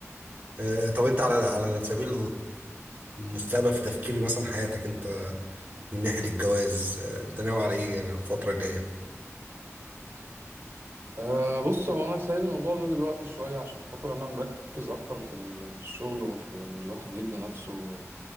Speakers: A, on the right; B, on the right.
A: آه، طب انت على على سبيل المستقبل في تفكير مثلا حياتك انت من ناحيه الجواز آه، انت ناوي على ايه يعني الفتره الجايه
B: أه بص هو أنا سايب الموضوع ده دلوقتي شوية عشان خاطر أنا مركز أكتر في ال- في الشغل وفي إن الواحد يبني نفسه